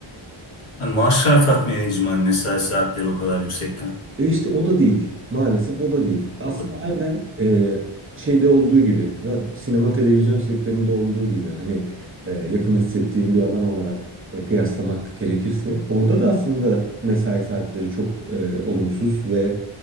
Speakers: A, on the left; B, on the right.
A: Hani maaşlar tatmin edici mi? Hani mesai saatleri o kadar yüksekken.
B: E işte o da değil. Maalesef o da değil. Aslında
A: O da değil.
B: aynen
A: yani.
B: e, şeyde olduğu gibi, ra- sinema televizyon sektöründe olduğu gibi hani e, yakın hissettiğin bir alan olarak e, kıyaslamak gerekirse orada da aslında mesai saatleri çok e, olumsuz ve